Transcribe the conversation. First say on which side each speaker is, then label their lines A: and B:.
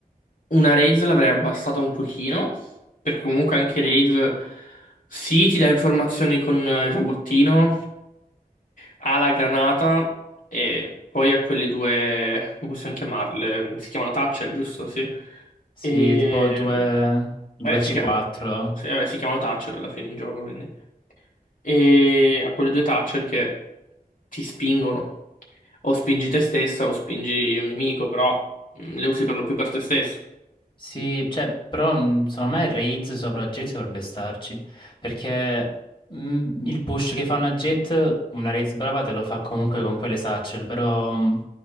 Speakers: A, on the left; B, on the left.
A: una Raze l'avrei abbassata un pochino. Perché comunque anche Raze, sì, ti dà informazioni con il robottino. ha la granata e poi ha quelle due, come possiamo chiamarle? Si chiamano Thatcher, giusto? Sì.
B: Sì,
A: E...
B: tipo 2 2C4.
A: Eh, si chiama... sì, vabbè, si chiamano Thatcher alla fine in gioco, quindi. E ha quelle due Thatcher che ti spingono. O spingi te stessa o spingi un nemico, però mm, le usi per lo più per te stesso.
B: Sì, cioè, però mh, secondo me Raids sopra Jet dovrebbe starci, perché mh, il push che fa una Jet, una Raids brava te lo fa comunque con quelle satchel, però mh,